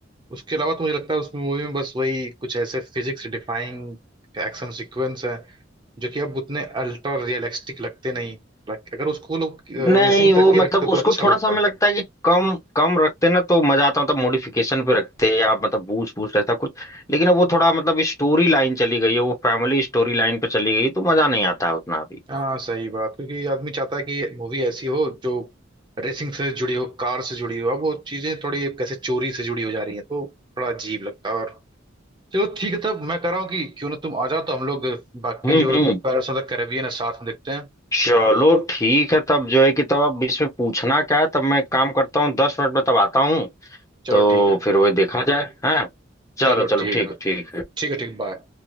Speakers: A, on the right; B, on the left.
A: उसके अलावा तो मुझे लगता है उस मूवी में बस वही कुछ ऐसे फिजिक्स डिफाइंग एक्शन सीक्वेंस है जो कि अब उतने अल्ट्रा रियलिस्टिक लगते नहीं लाइक अगर उसको लोग
B: नहीं
A: रेसिंग
B: वो
A: तक
B: मतलब
A: ही रखते तो
B: उसको
A: अच्छा
B: थोड़ा
A: लगता
B: सा हमें लगता है कि कम कम रखते ना तो मजा आता मतलब मॉडिफिकेशन पे रखते या मतलब बूस्ट बूस्ट ऐसा कुछ लेकिन अब वो थोड़ा मतलब स्टोरी लाइन चली गई है वो फैमिली स्टोरी लाइन पे चली गई तो मजा नहीं आता है उतना अभी
A: हाँ सही बात क्योंकि आदमी चाहता है कि मूवी ऐसी हो जो रेसिंग से जुड़ी हो कार से जुड़ी हो अब वो चीजें थोड़ी कैसे चोरी से जुड़ी हो जा रही है तो बड़ा अजीब लगता है और चलो ठीक है तब मैं कह रहा हूँ कि क्यों ना तुम आ जाओ तो हम लोग बाकी
B: हम्म
A: जो
B: हम्म
A: पैरस ऑफ द कैरेबियन है साथ में देखते हैं
B: चलो ठीक है तब जो है कि तब आप इसमें पूछना क्या है तब मैं एक काम करता हूँ दस मिनट में तब आता हूँ
A: चलो
B: तो
A: ठीक है
B: फिर वही देखा जाए हैं चलो
A: चलो
B: चलो
A: ठीक
B: ठीक
A: है
B: ठीक है
A: ठीक है ठीक बाय